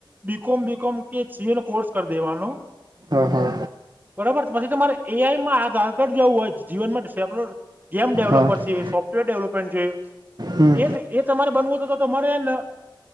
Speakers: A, on the right; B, on the right.
A: બીકોમ બીકોમ કે સીએ નો કોર્સ કરી દેવાનો
B: હા હા
A: બરોબર પછી તમારે એઆઈ. માં આગળ જવું હોય જીવન માટે સેપલો ગેમ ડેવલપર
B: હા હા
A: છે સોફ્ટવેર ડેવલપ પણ છે.
B: હમ
A: એ એ તમારે બનવું તો તમારે હેને